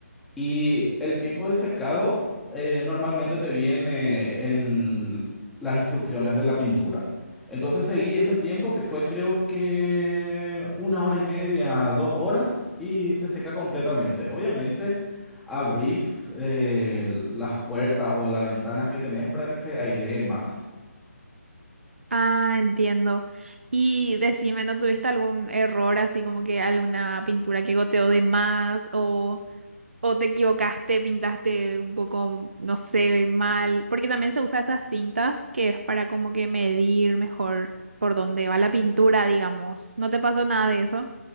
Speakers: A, in the centre; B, on the right.
A: Y el tiempo de secado eh, normalmente te viene en las instrucciones de la pintura. Entonces seguí ese tiempo que fue creo que una hora y media, dos horas y se seca completamente. Obviamente abrís eh, las puertas o las ventanas que tenés para que se airee más.
B: Ah, entiendo. Y decime, ¿no tuviste algún error así como que alguna pintura que goteó de más o, o te equivocaste, pintaste un poco, no sé, mal? Porque también se usa esas cintas que es para como que medir mejor por dónde va la pintura, digamos. ¿No te pasó nada de eso?